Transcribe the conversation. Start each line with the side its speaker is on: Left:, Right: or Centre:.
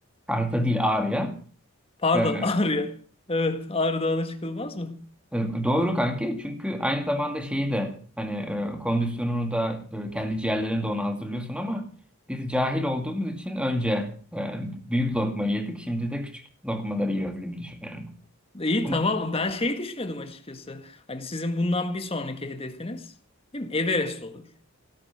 Centre: Karta değil Ağrı'ya.
Left: Pardon
Centre: E,
Left: <laughs> Ağrı'ya. Evet Ağrı Dağı'na çıkılmaz mı?
Centre: E, Doğru kanki çünkü aynı zamanda şeyi de hani e, kondisyonunu da e, kendi ciğerlerini de ona hazırlıyorsun ama biz cahil olduğumuz için önce e, büyük lokma yedik şimdi de küçük lokmaları yiyoruz gibi düşünüyorum.
Left: İyi
Centre: Ama
Left: tamam. Ben şey düşünüyordum açıkçası. Hani sizin bundan bir sonraki hedefiniz değil mi? Everest olur.